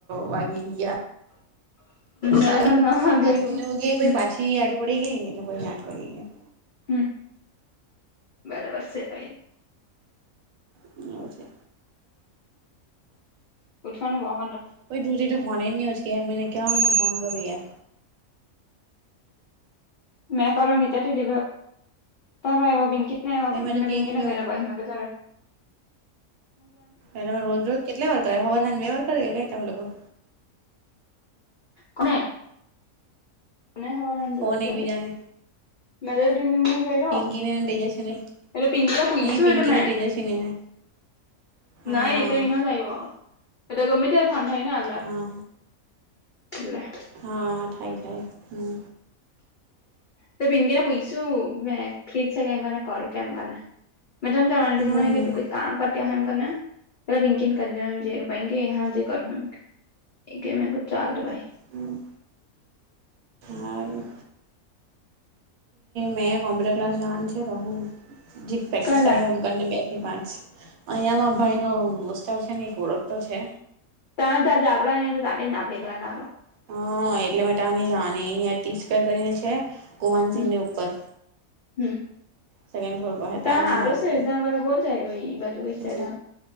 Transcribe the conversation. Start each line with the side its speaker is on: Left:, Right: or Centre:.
Right: વાગી ગ ગયા સાારી
Left: સાડા નવ વાગે
Right: પાછ
Left: ઉઠી
Right: હમને એવું ગયા
Left: હમ
Right: પાછી આડી પડીી ગઈ એટલે કોઈ આઠ વાગી ગયા
Left: હમ બરાબર છે ભાઈ
Right: હવ છે
Left: પઠવાનું બ
Right: કો દૂધ તો ફોન નજકેયાર મે ક્યા ફોન કરયા
Left: મે કરોમિતથી દ ત આવ બનકી કે ના
Right: પહિ મે તો
Left: મેબીંગ
Right: કેમ
Left: કેને
Right: કેમ
Left: કરી લબ હિમાં ગજર
Right: એ તમે રોજ રોજ કેટલા વાર કરે હવા ના બે વાર કરે કઈ તમે લોકો
Left: કોને મને હવા
Right: ફોન
Left: રોજજ્યારે
Right: એકબીજાને
Left: મે કઈ
Right: પિંકીને તેજસ્વીને
Left: ર એટ પીંગ પયચું
Right: નહી પિંકીને
Left: વડમેે
Right: તેજસ્વીને હા
Left: ના
Right: હા
Left: એ તો એ ન જ આવ્યો એ તો ગમે તેાર ફાં થાયને એ
Right: હા
Left: એટલે
Right: હા થાય થાય હમ
Left: તો પીંકીને પૂછછું મે ફ્રીજ છે કેમ કરીને કરું કેમ કરીને મે તને કરવાની
Right: હમ
Left: મને કેું
Right: હમ
Left: કોઈ કામ કરતીતા હ એમને પ બિકીન કરી જ વિચ ર પા કે હાજ કરો એ કે મે કો ચાલ દવાાઈ
Right: હમ હ મેં કોમ્પ્યુટર ક્લાસ જવાનું છે જે પ્રેક્ટિસ
Left: ક્યાં
Right: કરી
Left: જા
Right: એમને બે પાંચ અિયાંમાં ભાઈ નોાર છે ને એક ઓળખ તો છે
Left: તા ત આપડા તો તાને આપડી કલા તાંધો
Right: હા એટલે મ ત આની જાને અ ટી સ્પેર કરીને છે કુમાનસિંહને
Left: હમ
Right: ઉપપર
Left: હમ
Right: સકન્ડ ફ્લોર પર હટ
Left: ત્યાં
Right: અ હાાર
Left: હારું છે
Right: કર
Left: ત્યાં પેલા બહુ જાય હોય એ બાજુ કઈ
Right: હ
Left: છે ત્યાં